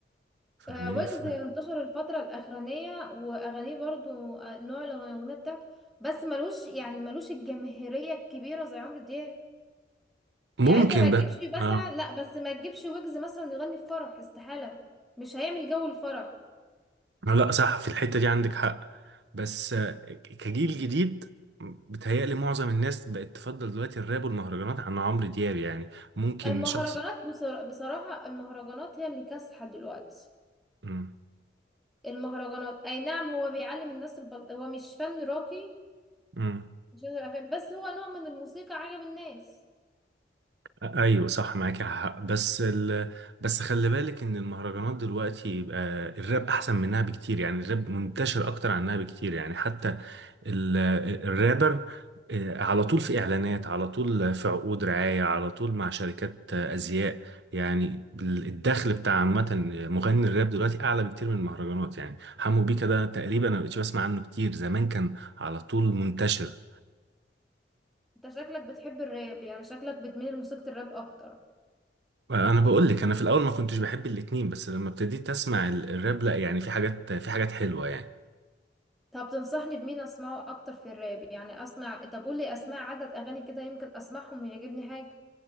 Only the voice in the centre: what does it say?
آه، ويجز
انتشر الفتره الاخرانيه واغانيه برضو آه، نوع الاغنيه بتاعته بس ملوش يعني ملوش الجماهيريه الكبيره زي عمرو دياب
يعني انت
ما تجيبش
مثلا لا بس ما تجيبش ويجز مثلا يغني في فرح استحاله مش هيعمل جو الفرح
المهرجانات
بصرا- بصراحه المهرجانات هي اللي كاسحه دلوقتي
المهرجانات اي نعم هو بيعلم الناس البلط هو مش فن راقي
مش هقدر أفهم. بس هو نوع من الموسيقى عجب الناس
انت شكلك بتحب الراب يعني شكلك بتميل لموسيقى الراب اكتر
طب تنصحني بمين اسمعه اكتر في الراب يعني اسمع طب قولي اسمع عدد اغاني كده يمكن اسمعهم ويعجبني حاجة